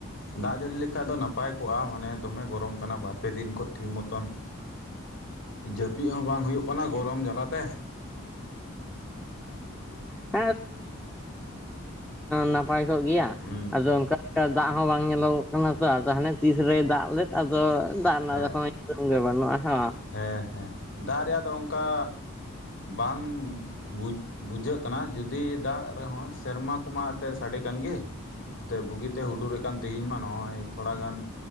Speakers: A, on the left; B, in the centre.
A: ᱫᱟᱜ ᱡᱟᱹᱲᱤ ᱞᱮᱠᱷᱟᱡ ᱫᱚ ᱱᱟᱯᱟᱭ ᱠᱚᱜᱼᱟ ᱢᱟᱱᱮ ᱫᱚᱢᱮ ᱜᱚᱨᱚᱢ ᱠᱟᱱᱟ ᱵᱟᱨ-ᱯᱮ ᱫᱤᱱ ᱠᱷᱚᱱ ᱴᱷᱤᱠ ᱢᱚᱛᱚᱱ ᱡᱟᱹᱯᱤᱫ ᱦᱚᱸ ᱵᱟᱝ ᱦᱩᱭᱩᱜ ᱠᱟᱱᱟ ᱜᱚᱨᱚᱢ ᱡᱟᱞᱟᱛᱮ।
B: <unintelligible> ᱱᱟᱯᱟᱭ ᱠᱚᱜ ᱜᱮᱭᱟ
A: ᱦᱩᱸ
B: ᱟᱫᱚ ᱚᱱᱠᱟ ᱫᱟᱜ ᱦᱚᱸ ᱵᱟᱝ ᱧᱮᱞᱚᱜᱚᱜ ᱠᱟᱱᱟ ᱛᱚ ᱟᱫᱚ ᱦᱟᱱᱮ ᱛᱤᱥ ᱨᱮᱭ ᱫᱟᱜ ᱞᱮᱫ ᱟᱫᱚ ᱫᱟᱜ ᱨᱮᱱᱟᱜ
A: ᱦᱮᱸ
B: ᱫᱚ <unintelligible>
A: ᱦᱮᱸ ᱦᱮᱸ ᱫᱟᱜ ᱨᱮᱭᱟᱜ ᱫᱚ ᱚᱱᱠᱟ ᱵᱟᱢ ᱵᱩᱡ ᱵᱩᱡᱷᱟᱹᱜ ᱠᱟᱱᱟ ᱡᱩᱫᱤ ᱫᱟᱜ ᱨᱮᱦᱚᱸ ᱥᱮᱨᱢᱟ ᱠᱚᱢᱟ ᱮᱱᱛᱮᱫ ᱥᱟᱰᱮ ᱠᱟᱱ ᱜᱮ। ᱛᱮ ᱵᱩᱜᱤᱛᱮ ᱦᱩᱰᱩᱨᱮᱫ ᱠᱟᱱ ᱛᱮᱦᱮᱧ ᱢᱟ ᱱᱚᱜᱼᱚᱭ। ᱛᱷᱚᱲᱟ ᱜᱟᱱ